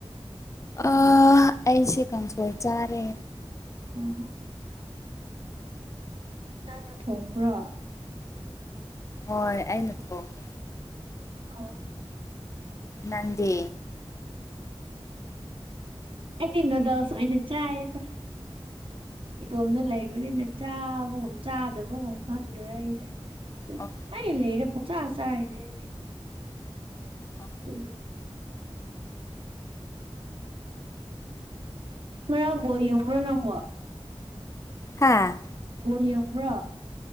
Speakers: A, on the left (about 30°); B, on the right (about 55°).
A: ꯑꯥ ꯑꯩꯁꯦ ꯀꯪꯁꯣꯏ ꯆꯥꯔꯦ
B: <unintelligible> ꯅꯪꯅ ꯊꯣꯡꯕꯔꯣ
A: ꯍꯣꯏ ꯑꯩꯅ ꯊꯣꯡꯉꯦ
B: ꯑꯥ
A: ꯅꯪꯗꯤ
B: ꯑꯩꯗꯤ ꯅꯨꯗꯜꯁ ꯑꯣꯢꯅ ꯆꯥꯏꯑꯦꯗ ꯏꯇꯣꯝꯗ ꯂꯩꯕꯅꯤꯅ ꯆꯥꯕꯒꯨꯝ ꯆꯥꯗꯕꯒꯨꯝ ꯈꯪꯗ꯭ꯔꯦ ꯑꯩꯁꯦ ꯥꯇꯨꯝ
A: ꯑꯣ
B: ꯄꯨꯂꯩ ꯂꯩꯔ ꯄꯨꯡꯆꯥ ꯆꯔꯤꯅꯤ ꯑꯩꯗꯤ <unintelligible>
A: ꯑꯣ
B: ꯉꯔꯥꯡ ꯕꯣꯜ ꯌꯦꯡꯕꯔꯣ ꯅꯪꯕꯣ
A: ꯍꯥꯥ
B: ꯕꯣꯜ ꯌꯦꯡꯕ꯭ꯔꯣ